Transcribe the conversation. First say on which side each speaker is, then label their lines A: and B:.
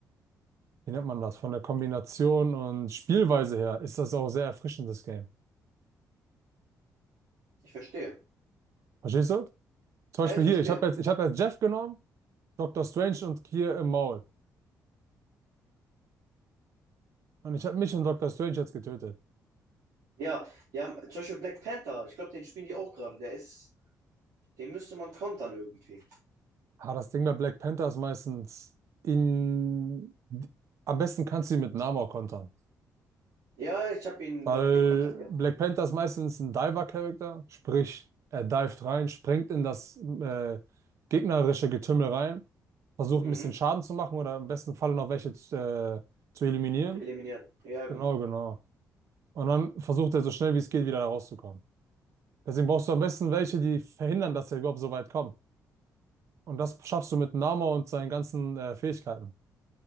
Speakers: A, on the right (about 50°); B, on the right (about 85°).
A: wie nennt man das, von der Kombination und Spielweise her ist das auch sehr erfrischend, das Game.
B: Ich verstehe.
A: Verstehst du? Zum
B: Ja,
A: Beispiel
B: ich verstehe.
A: hier, ich habe jetzt, ich hab jetzt Jeff genommen, Dr. Strange und Kier im Maul. Und ich habe mich und Dr. Strange jetzt getötet.
B: Ja, die haben zum Beispiel Black Panther, ich glaube, den spielen die auch gerade. Der ist, den müsste man kontern irgendwie.
A: Ah, das Ding bei Black Panther ist meistens in... Am besten kannst du ihn mit Namor kontern.
B: Ja, ich habe ihn,
A: Weil
B: glaube ich, gekontert, ja.
A: Black Panther ist meistens ein Diver-Charakter, sprich, er dived rein, springt in das äh, gegnerische Getümmel rein, versucht
B: Mhm.
A: ein bisschen Schaden zu machen oder im besten Falle noch welche zu, äh, zu eliminieren.
B: Eliminieren. Ja, genau.
A: Genau, genau. Und dann versucht er so schnell wie es geht wieder da rauszukommen. Deswegen brauchst du am besten welche, die verhindern, dass er überhaupt so weit kommt. Und das schaffst du mit Nama und seinen ganzen äh, Fähigkeiten.